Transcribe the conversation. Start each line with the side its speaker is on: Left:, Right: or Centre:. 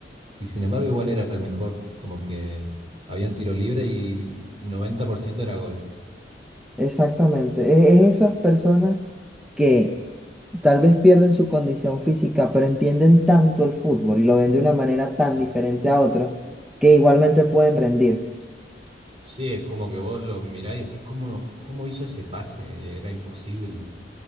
Right: y sin embargo igual era el mejor, como que había un tiro libre y, y 90% era gol.
Centre: exactamente, es, es esas personas que tal vez pierden su condición física, pero entienden tanto el fútbol y lo ven de una manera tan
Right: Claro.
Centre: diferente a otra, que igualmente pueden rendir.
Right: Sí, es como que vos lo mirás y decís, ¿cómo, cómo hizo ese pase? Era imposible.